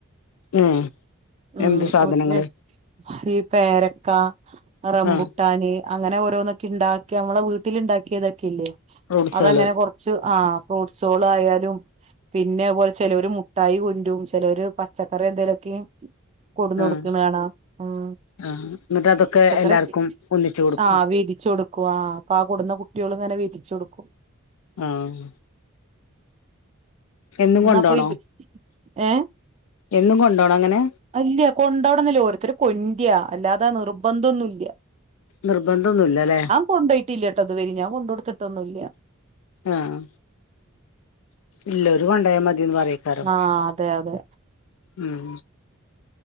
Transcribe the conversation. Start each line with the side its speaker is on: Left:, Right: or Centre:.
Left: ഉം
Right: ഉം
Left: എന്ത് സാധനങ്ങള്
Right: വീട്ടില് ഈ പേരക്ക റമ്പൂട്ടാന്
Left: ആഹ്
Right: അങ്ങനെ ഓരോന്നൊക്കെ ഉണ്ടാക്കി നമ്മളെ വീട്ടിൽ ഉണ്ടാക്കിയതൊക്കെ ഇല്ലേ
Left: ഫ്രൂട്ട്സാള്
Right: അതങ്ങനെ കൊറ ആഹ് ഫ്രൂട്ട്സേള് ആയാലും പിന്നെംഅത് പോലെ ചെലോര് മുഠായി കൊണ്ടരും ചിലര് പച്ചക്കറി എന്തേലൊക്കെം കൊടുന്നോട്ക്ക്‌ണാണ
Left: ആഹ്
Right: ഉം
Left: ആഹ് എന്നിട്ട് അതൊക്കെ
Right: പച്ചക്കറി
Left: എല്ലാവർക്കും ഒന്നിച്ച് കൊടു
Right: ആഹ് വീദിച്ചു കൊടു ക്കു ആഹ് അപ്പൊ ആ കൊട്ന്ന കുട്ടികള് ഇങ്ങനെ വീതിച്ചു കൊടുക്കും.
Left: ആഹ് എന്നും
Right: എന്നാ
Left: കൊണ്ടോണോ
Right: പോയി ഏ
Left: എന്നും കൊണ്ടോണം അങ്ങനെ
Right: അല്ല കൊണ്ടോവടന്നില്ലേ ഓരോത്തര് കൊണ്ട്യാ അല്ലാതെ നിർബന്ധൊന്നും ഇല്ല
Left: നിർബന്ധൊന്നുല്ല്യല്ലെ
Right: കൊണ്ടോയിട്ടില്ല ട്ടൊ ഇതുവരി ഞാൻ കൊണ്ടൊടുത്തിട്ടൊന്നും ഇല്ല
Left: ആഹ് ഇല്ലൊരു കൊണ്ടായാൽ മതിന്ന് പറയേക്കാരം
Right: ആഹ് അതെ അതെ
Left: ഉം